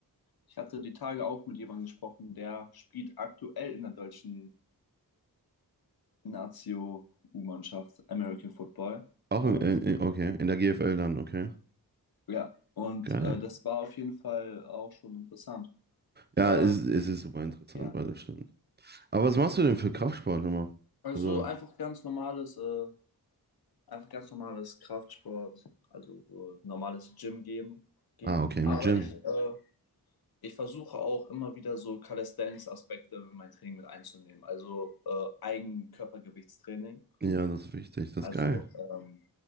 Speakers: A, on the left; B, on the right.
A: ich hatte die Tage auch mit jemandem gesprochen, der spielt aktuell in der deutschen Nazio U-Mannschaft, American Football.
B: auch
A: Und
B: in, äh, äh, okay, in der GFL dann, okay.
A: ja, und
B: Geil.
A: äh, das war auf jeden Fall auch schon interessant.
B: Ja,
A: Äh,
B: es, es ist super interessant,
A: ja,
B: weil das stimmt. Aber was machst du denn für Kraftsport immer?
A: also
B: Also,
A: einfach ganz normales, äh, einfach ganz normales Kraftsport, also so normales Gym gehen, gehen.
B: ah, okay,
A: Aber
B: im Gym.
A: ich, äh, ich versuche auch immer wieder so Calisthenics-Aspekte in mein Training mit einzunehmen. Also äh, Eigenkörpergewichtstraining,
B: Ja, das ist wichtig, das
A: also
B: ist geil.
A: ähm,